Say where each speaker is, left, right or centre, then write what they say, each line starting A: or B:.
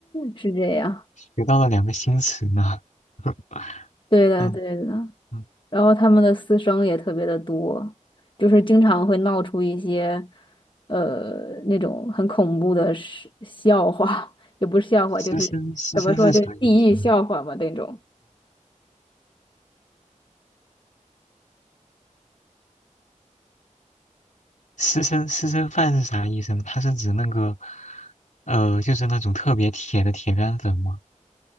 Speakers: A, on the left; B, on the left.
A: 是这样。
B: 学到了两个新词呢。<laughs>
A: 对的，
B: 嗯
A: 对的。
B: 嗯，
A: 然后他们的私生也特别的多，就是经常会闹出一些，呃，那种很恐怖的事笑话，<laughs> 也不是笑话，
B: 师生师生是啥意思呢？
A: 就是怎么说，就是地狱笑话嘛那种。
B: 私生私生饭是啥意思呢？它是指那个，呃，就是那种特别铁的铁杆粉吗？